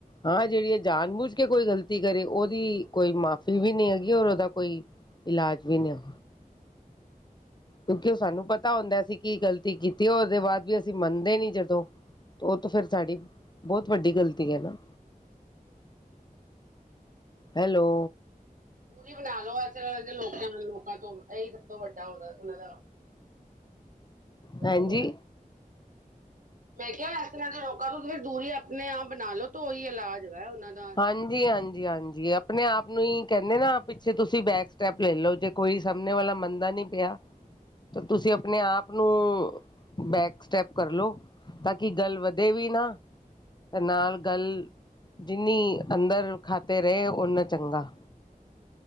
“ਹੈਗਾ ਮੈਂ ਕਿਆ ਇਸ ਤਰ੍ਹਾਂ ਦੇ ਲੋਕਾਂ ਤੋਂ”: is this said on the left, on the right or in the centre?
Right